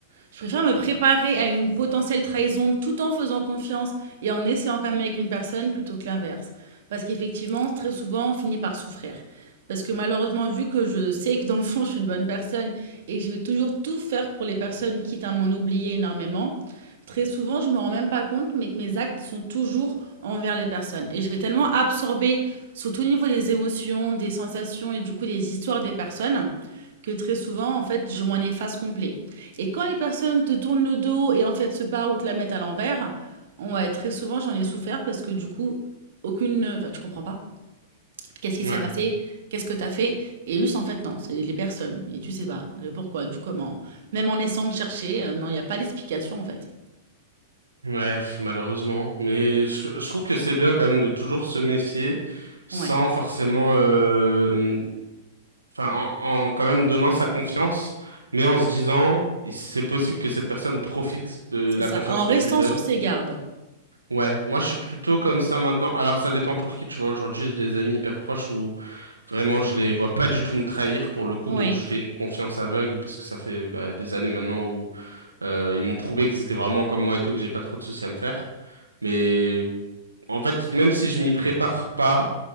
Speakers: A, on the right; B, on the right.
A: Je préfère me préparer à une potentielle trahison tout en faisant confiance et en essayant quand même avec une personne plutôt que l'inverse. Parce qu'effectivement, très souvent, on finit par souffrir. Parce que malheureusement, vu que je sais que dans le fond, je suis une bonne personne et que je vais toujours tout faire pour les personnes, quitte à m'en oublier énormément, très souvent, je ne me rends même pas compte, mais que mes actes sont toujours envers les personnes. Et je vais tellement absorber, surtout au niveau des émotions, des sensations et du coup des histoires des personnes, que très souvent, en fait, je m'en efface complet. Et quand les personnes te tournent le dos et en fait se barrent ou te la mettent à l'envers, on ouais, très souvent j'en ai souffert parce que du coup, aucune, euh, enfin tu comprends pas. Qu'est-ce qui
B: Ouais.
A: s'est passé? Qu'est-ce que t'as fait? Et juste en fait non, c'est les personnes et tu sais pas le pourquoi, du comment. Même en essayant de chercher, euh, non, il y a pas d'explication en fait.
B: Ouais, pff, malheureusement. Mais je, je trouve que c'est bien quand même de toujours se méfier sans
A: Ouais,
B: forcément, euh, enfin, en, en quand même donnant sa confiance, mais en se disant, c'est possible que cette personne profite de
A: c'est
B: la
A: ça.
B: confiance
A: En
B: que
A: restant
B: je lui donne
A: sur ses gardes.
B: Ouais, moi je suis plutôt comme ça maintenant. Alors ça dépend pour qui, tu vois. Aujourd'hui, j'ai des amis hyper proches où vraiment je les vois pas du tout me trahir pour le coup,
A: Oui.
B: donc je fais une confiance aveugle parce que ça fait bah, des années maintenant où euh, ils m'ont prouvé qu'ils étaient vraiment comme moi et tout, que j'ai pas trop de soucis à me faire. Mais en fait, même si je m'y prépare pas,